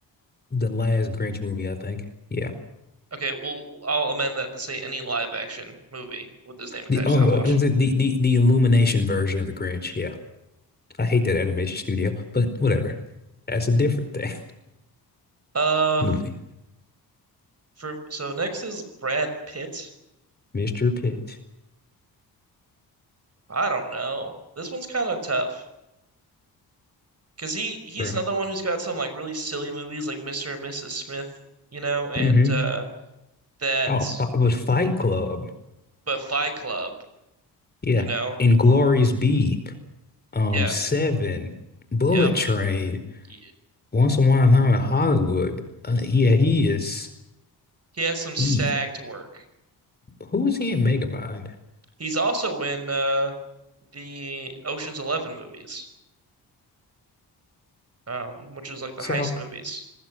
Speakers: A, on the left; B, on the right.
A: the last Grinch movie, I think. Yeah.
B: Okay, well, I'll amend that to say any live action movie with his name attached,
A: The oh
B: I'll watch.
A: uh, is it the, the the Illumination version of the Grinch. Yeah. I hate that animation studio, but whatever. That's a different thing.
B: Uh,
A: <laughs> Movie.
B: for so next is Brad Pitt.
A: Mr. Pitt.
B: I don't know. This one's kind of tough because he he's
A: Bruh.
B: another one who's got some like really silly movies like Mr. and Mrs. Smith, you know, and
A: Mm-hmm.
B: uh That's
A: Oh, fi- was Fight Club.
B: but Fight Club,
A: Yeah.
B: you know?
A: Inglorious B, um,
B: Yeah.
A: Seven, Bullet
B: Yep.
A: Train,
B: He
A: Once Upon a Time in Hollywood. Uh, yeah, he is
B: has some stacked
A: he.
B: work.
A: Who is he in Megamind?
B: He's also in uh the Ocean's 11 movies, um, which is like the
A: So,
B: heist movies.